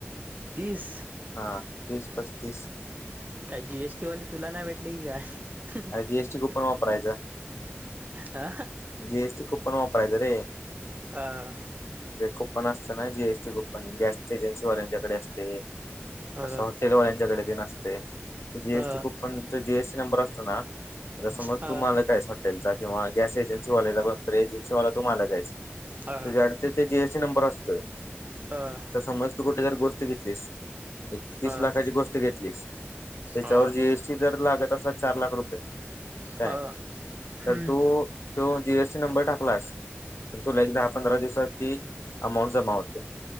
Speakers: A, on the right; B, on the left.
A: तीस
B: हा तीस पस्तीस
A: काय जीएसटीवाले तुला नाही भेटले की काय?
B: अरे जीएसटी कुपन वापरायचा
A: हां.
B: जीएसटी कुपन वापरायचं रे.
A: आ
B: जे कुपन असतं ना जीएसटी कुपन, गॅस एजन्सीवाल्यांच्याकडे असते.
A: अ
B: असं हॉटेलवाल्यांच्याकडे ते नसतंय. जीएसटी
A: अ
B: कुपनचं जीएसटी नंबर अस समज आता समज
A: अ
B: तु मालक आहेस हॉटेलचा किंवा गॅस एजन्सीवाल्याकडे बघ तर एजन्सीवाला तू मालक आहेस,
A: अ
B: तुझ्याकडे ते जीएसटी नंबर असतोय.
A: हा.
B: तर समज तू कुठंतरी गोष्ट घेतलीस एक तीस
A: अ
B: लाखाची गोष्ट घेतलीस, त्याच्यावर
A: अ
B: जीएसटी जर लागत असंल चार लाख रुपये काय,
A: अ ह
B: तर तू तो जीएसटी नंबर टाकलास तर तुला एक दहा पंधरा दिवसात ती अमाऊंट जमा होते.